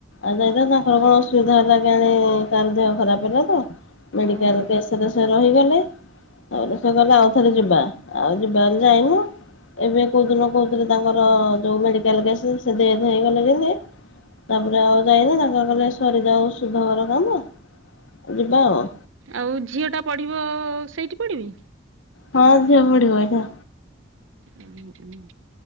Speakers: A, on the left; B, on the right.
A: ଆଉ ଯାଇ ତାଙ୍କର କଣ ଅସୁବିଧା ହେଲା କିଆଣି କାହାର ଦେହ ଖରାପ ହେଲା ତ ମେଡିକାଲ
B: ଓହୋ
A: କେଶ୍ ସେଇଥିରୁ ସେ ରହିଗଲେ ତାପରେ ସେ କହିଲେ ଆଉଥରେ ଯିବା। ଆଉ ଯିବା ବୋଲି ଯାଇନୁ। ଏବେ କେଉଁଦିନ କହୁଥିଲେ ତାଙ୍କର ଯେଉଁ ମେଡ଼ିକାଲ କେସ୍ ସେ ଡେଥ ହେଇଗଲେ ଜେନ୍ତି ତାପରେ ଆଉ ଯାଇନୁ। ତାଙ୍କର କହିଲେ ସରିଯାଉ ସୁଧ ଘର କାମ ଯିବା ଆଉ।
B: ଆଉ ଝିଅଟା ପଢ଼ିବ ସେଇଠି ପଢ଼ିବି।
A: ହଁ ଝିଅ ପଢିବ ଏଇଠି।
B: ହଁ ହୁଁ।